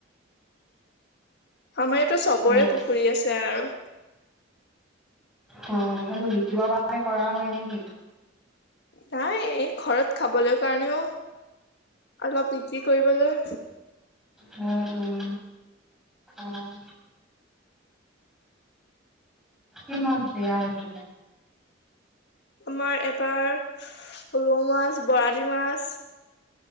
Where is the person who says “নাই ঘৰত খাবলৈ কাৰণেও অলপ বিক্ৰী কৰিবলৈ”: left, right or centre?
Left